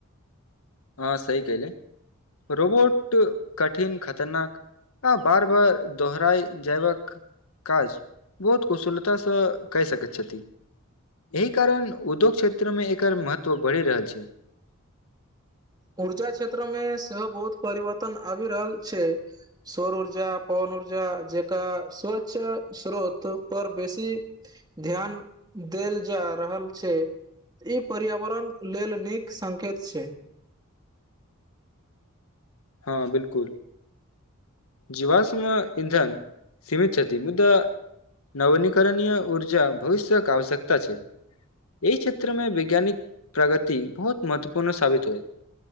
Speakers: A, on the left; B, on the right.
A: हँ सही कहि ले रोबोट कठिन खतरनाक आ बार बार दोहड़ाइ जैवक काज बहुत कुशलतासँ कै सकैत छथि एहि कारण उद्योग क्षेत्र में एकर महत्व बैरही रहल छै
B: ऊर्जा क्षेत्र में सेहो बहुत परिवर्तन आबि रहल छै सौर ऊर्जा पवन ऊर्जा जेका स्व्च स्रोत पर बेसी ध्यान देल जा रहल छै ई पर्यावरण लेल नीक संकेत छै
A: हँ बिल्कुल जीवाश्म <unintelligible> इन्धन सीमे छति मुदा नवीनीकरणय ऊर्जा भविष्य्यक आवश्यकता छै एहि क्षेत्रमे वैज्ञानिक प्रगति बहुत महत्वपूर्ण साबित होयत